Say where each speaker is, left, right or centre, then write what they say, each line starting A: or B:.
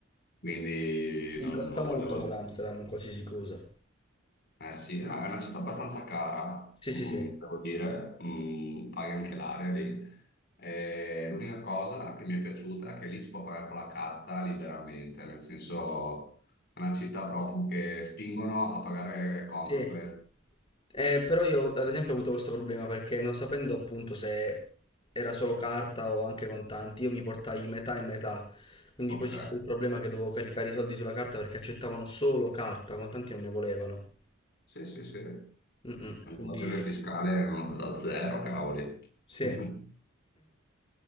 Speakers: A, on the left; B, on the left.
A: Quindi
B: Gli
A: non,
B: costa
A: non
B: molto
A: volevo
B: la ad Amsterdam, qualsiasi cosa.
A: eh sì, no, è una città abbastanza cara,
B: Sì, sì,
A: mm,
B: sì.
A: devo dire, mm, paghi anche l'aria lì. E L'unica cosa che mi è piaciuta è che lì si può pagare con la carta liberamente, nel senso è una città proprio che spingono a pagare contactless.
B: Sì. Eh, però io ad esempio ho avuto questo problema perché non sapendo appunto se era solo carta o anche contanti, io mi portai metà e metà. Quindi
A: Ok,
B: poi ci fu il problema che dovevo caricare i soldi sulla carta perché accettavano solo carta, contanti non ne volevano.
A: sì, sì, sì.
B: Mm-mm.
A: L'invasione
B: Quindi
A: fiscale mm, da zero, cavoli.
B: sì,
A: <laughs>